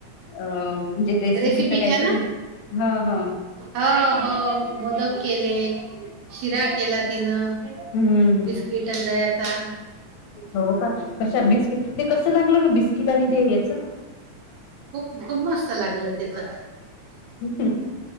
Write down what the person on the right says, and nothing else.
रेसिपीच्या
ना
हो हो मोदक केले शिरा केला तिनं
बिस्किटन दयाता
खूप खूप मस्त लागलं तिथं